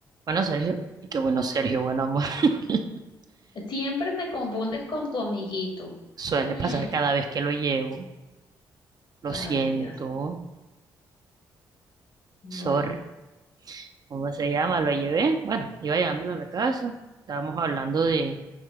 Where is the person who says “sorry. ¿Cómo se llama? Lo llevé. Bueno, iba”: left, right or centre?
Right